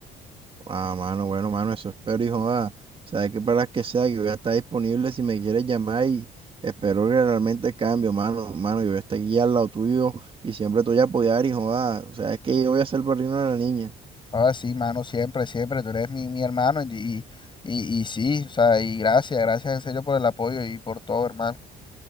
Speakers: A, on the right; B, on the left.
A: Ah, mano, bueno, mano, eso espero, hijo. joda, sabes que para las que sea, yo voy a estar disponible si me quieres llamar y espero que realmente cambie, mano, mano, yo voy a estar aquí al lado tuyo y siempre te voy a apoyar, hijo. joda, O sea, es que yo voy a ser el padrino de la niña.
B: Ahora sí, mano, siempre, siempre, tú eres mi, mi hermano, y, y, y y sí, o sea, y gracias, gracias en serio por el apoyo y por todo, hermano.